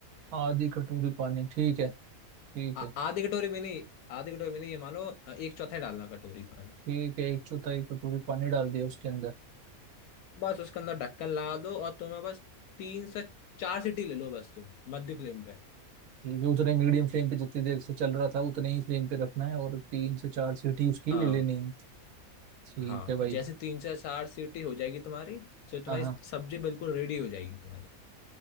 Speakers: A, on the right; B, on the left.
A: आधी कटोरी पानी ठीक है ठीक
B: आ,
A: है
B: आधी कटोरी भी नहीं आधी कटोरी भी नहीं ये मान लो अ, एक चौथाई डालना कटोरी पानी
A: ठीक है एक चौथाई कटोरी पानी डाल दिया उसके अंदर
B: बस उसके अंदर ढक्कन लगा दो और तुम्हें बस तीन से चार सीटी ले लो बस तुम मध्य फ्लेम पे
A: ठीक है उतने मीडियम फ्लेम पे जितनी देर से चल रहा था उतने ही फ्लेम पे रखना है और तीन से चार सीटी उसकी
B: हाँ
A: ले लेनी है ठीक
B: हाँ
A: है भाई
B: जैसे तीन से चार सीटी हो जाएगी तुम्हारी तो तुम्हारी
A: हाँ हाँ
B: सब्जी बिल्कुल रेडी हो जाएगी तुम्हारी